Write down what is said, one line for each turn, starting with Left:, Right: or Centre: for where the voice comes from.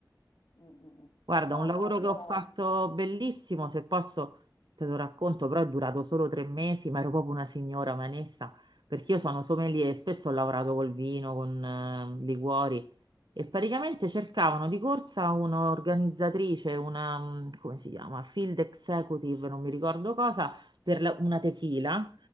Left: Mm, mm, mm.
Right: Guarda,
Left: No,
Right: un lavoro
Left: no, io...
Right: che ho fatto bellissimo, se posso te lo racconto, però è durato solo tre mesi, ma ero proprio una signora manessa, perché io sono sommelier e spesso ho lavorato col vino, con eh, liquori e praticamente cercavano di corsa un'organizzatrice, una, mm, come si chiama, field executive, non mi ricordo cosa, per la- una tequila.